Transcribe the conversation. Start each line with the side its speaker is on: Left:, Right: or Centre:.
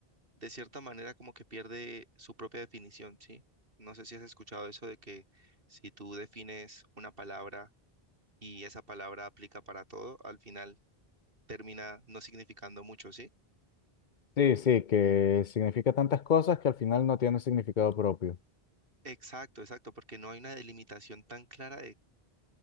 Right: de cierta manera como que pierde su propia definición, ¿sí? No sé si has escuchado eso de que si tú defines una palabra y esa palabra aplica para todo, al final termina no significando mucho, ¿sí?
Left: Sí, sí, que significa tantas cosas que al final no tiene significado propio.
Right: Exacto, exacto, porque no hay una delimitación tan clara de